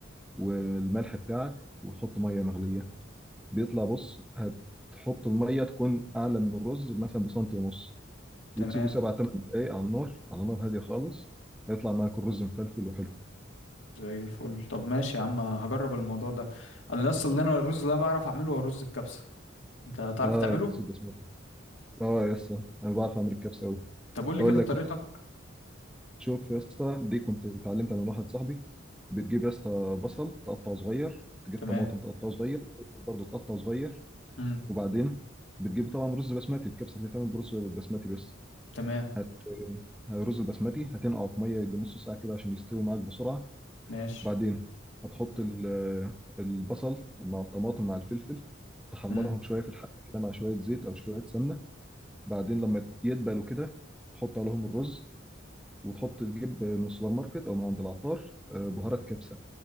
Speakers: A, in the centre; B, on the left (about 75°).
A: والملح بتاعك وتحط مية مغلية بيطلع بص هتحط الميه تكون اعلى من الرز مثلا بسنتي ونص
B: تمام
A: وتسيبه سبع ثمان دقايق على النار على نار هاديه خالص هيطلع معاك الرز مفلفل وحلو
B: زي الفل طب ماشي يا عم هجرب الموضوع ده انا اصلا اللي انا الرز اللي أنا بعرف اعمله هو رز الكبسه انت تعرف
A: اه
B: تعمله
A: رز بسمتي اه يا اسطى انا بعرف اعمل الكبسه قوي
B: طب قول لي
A: اقول
B: كده
A: لك
B: طريقتك
A: مثلا، شوف يا اسطى دي كنت اتعلمتها من واحد صاحبي بتجيب يا اسطى بصل تقطعه صغير تجيب
B: تمام
A: طماطم تقطعه صغير برضه تقطعه صغير
B: امم
A: وبعدين بتجيب طبعا رز بسمتي الكبسه بتتعمل برز بسمتي بس
B: تمام
A: هت الرز البسمتي هتنقعه في ميه يجي نص ساعه كده عشان يستوي معاك بسرعه
B: ماشي
A: بعدين هتحط ال- البصل مع الطماطم مع الفلفل تحمرهم
B: امم
A: شويه في الحله كده مع شويه زيت او شويه سمنه بعدين لما يدبلوا كده تحط عليهم الرز وتحط تجيب من السوبر ماركت او من عند العطار آه، بهارات كبسه